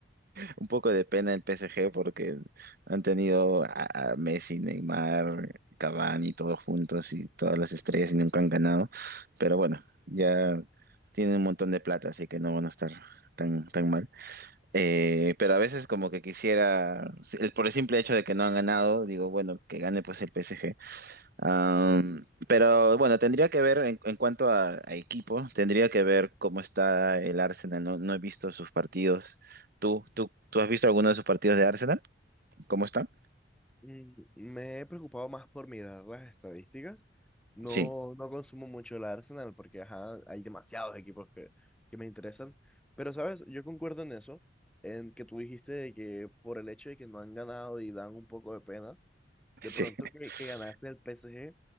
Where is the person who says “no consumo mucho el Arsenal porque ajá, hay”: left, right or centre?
Centre